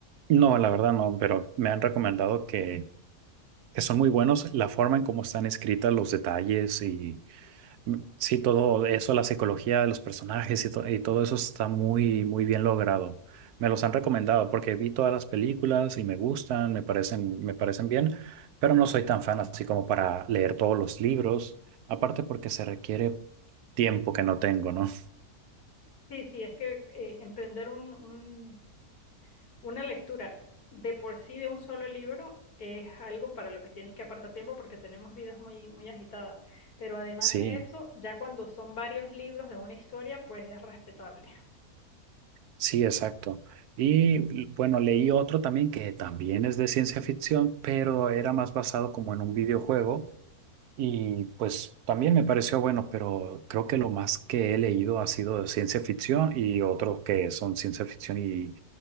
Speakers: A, on the right (about 85°); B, on the left (about 80°).
A: No, la verdad no, pero me han recomendado que, que son muy buenos la forma en cómo están escritas los detalles y Sí, todo eso, la psicología de los personajes y, to- y todo eso está muy, muy bien logrado. Me los han recomendado porque vi todas las películas y me gustan, me parecen, me parecen bien, pero no soy tan fan así como para leer todos los libros, aparte porque se requiere tiempo que no tengo, ¿no? <laughs>
B: Sí, sí, es que eh, emprender un, un- una lectura de por sí de un solo libro es algo para lo que tienes que apartar tiempo porque tenemos vidas muy, muy agitadas. Pero además
A: Sí,
B: de eso, ya cuando son varios libros de una historia, pues es respetable.
A: sí, exacto. Y l- bueno, leí otro también que también es de ciencia ficción, pero era más basado como en un videojuego Y pues también me pareció bueno, pero creo que lo más que he leído ha sido de ciencia ficción y otros que son ciencia ficción y,